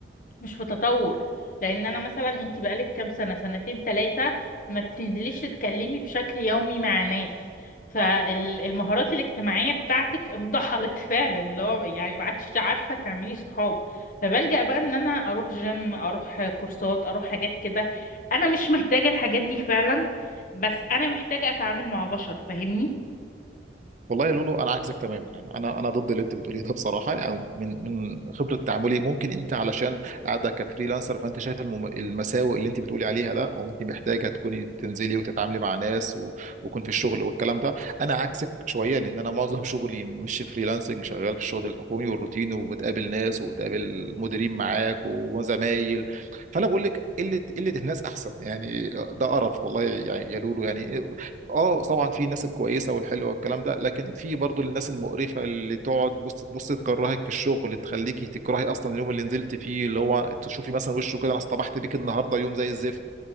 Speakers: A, on the left; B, on the right.
A: مش في تطور لان انا مثلا انت بقالك كام سنه سنتين ثلاثه ما بتنزليش تتكلمي بشكل يومي مع ناس فالمهارات الاجتماعيه بتاعتك انضحلت <laughs> فعلا اللي هو يعني ما عادش عارفه تعملي صحاب فبلجأ بقى ان انا اروح جيم اروح كورسات اروح حاجات كده انا مش محتاجه الحاجات دي فعلا بس انا محتاجه اتعامل مع بشر فاهمني
B: والله يا لولو انا عكسك تماما يعني انا انا ضد اللي انت بتقوليه ده بصراحه او يعني من من خبره تعاملي ممكن انت علشان قاعده كفريلانسر فانت شايف المم- المساوئ اللي انت بتقولي عليها ده او انت محتاجه تكوني تنزلي وتتعاملي مع ناس و... ويكون في الشغل والكلام ده انا عكسك شويه لان انا معظم <laughs> شغلي مش فريلانسنج شغال في الشغل الحكومي والروتين وبتقابل ناس وبتقابل مديرين معاك وزمايل فانا بقول لك قله قله الناس احسن يعني ده قرف والله يعني يا لولو يعني اه طبعا في الناس الكويسه والحلوه والكلام ده لكن في برضو الناس المقرفه اللي تقعد بص تبص تكرهك في الشغل تخليكي تكرهي اصلا اليوم اللي نزلت فيه اللي هو تشوفي مثلا وشه كده انا اصطبحت بيك النهارده يوم زي الزفت